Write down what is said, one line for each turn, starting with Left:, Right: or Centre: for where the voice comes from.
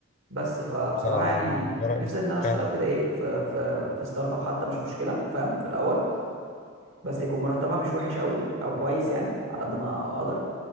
Right: بس فبصراحه
Left: آه،
Right: يعني
Left: ده رأيي
Right: نفسي ان انا اشتغل
Left: فعلا
Right: كده ايه في في في ستارت اب حتى مش مشكله فاهم في الاول بس يكون مرتبها مش وحش قوي او كويس يعني على قد ما اقدر